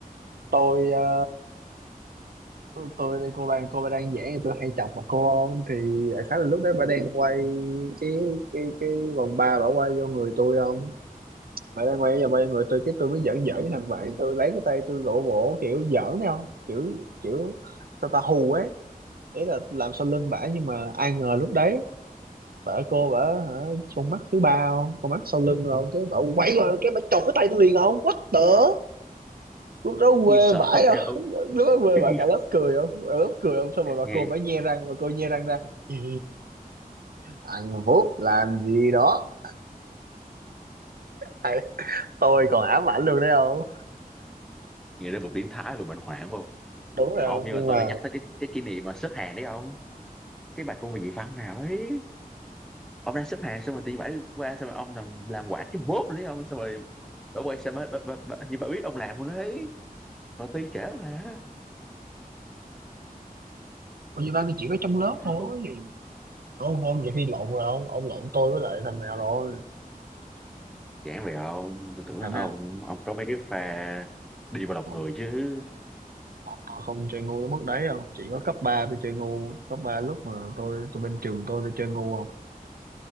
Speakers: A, on the right; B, in the centre.
A: tôi ờ, tôi cô bạn cô bà đang vẽ thì tôi hay chọc mặt cô không thì đại khái là lúc đấy bà đang quay cái cái cái vòng ba bà quay vô người tôi không bà đang quay vào quay người tôi cái tôi mới giỡn giỡn với thằng bạn tôi lấy cái tay tôi vỗ vỗ kiểu giỡn đấy không kiểu kiểu sao ta hù ấy ý là làm sau lưng bả nhưng mà ai ngờ lúc đấy bà cô bả hả con mắt thứ ba không con mắt sau lưng không cái bả quay qua cái bả chộp cái tay tôi liền không what the lúc đó quê
B: nghe sợ
A: vãi không
B: vậy ông
A: lúc đó quê
B: <laughs>
A: vãi cả lớp cười không cả lớp cười không xong rồi bà
B: nghe
A: cô bả nhe răng bà cô nhe răng ra <laughs> thằng Phúc làm gì đó Thầy, tôi còn ám ảnh luôn đấy không
B: nghe đến vừa biến thái vừa bệnh hoạn phải không
A: đúng rồi
B: không
A: không
B: nhưng
A: nhưng
B: mà
A: mà
B: tôi đã nhắc tới cái cái kỷ niệm mà xếp hàng đấy ông cái bài cô về nhị văn nào ấy ông đang xếp hàng xong rồi tự nhiên bả đi qua xong rồi ông làm làm quả cái bốp rồi đấy ông xong rồi bả quay xe mới bả, bả, bả, như bà biết ông làm luôn đấy và ti trễ mà
A: Ủa, như ba thì chỉ có trong lớp
B: Dám
A: thôi
B: không?
A: không không vậy khi lộn rồi không ông lộn tôi với lại thằng nào rồi
B: Giảng về ông, tôi tưởng
A: thằng
B: là ông
A: nào
B: ông có mấy cái pha đi vào lòng
A: còn
B: người chứ
A: Họ không chơi ngu tới mức đấy đâu chỉ có cấp 3 tôi chơi ngu cấp 3 lúc mà tôi tôi bên trường tôi tôi chơi ngu không